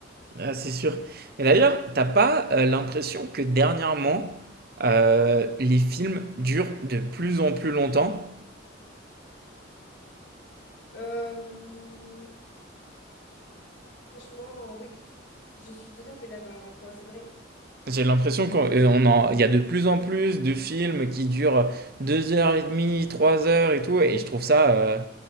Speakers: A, on the right (about 50°); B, on the left (about 80°).
A: Ah, c'est sûr. Mais d'ailleurs, t'as pas euh, l'impression que dernièrement, euh, les films durent de plus en plus longtemps?
B: euh, franchement, oui, je suis tout à fait d'accord avec toi, c'est vrai.
A: J'ai l'impression qu'on- euh, on en- il y a de plus en plus de films qui durent deux heures et demie, trois heures et tout, et je trouve ça euh,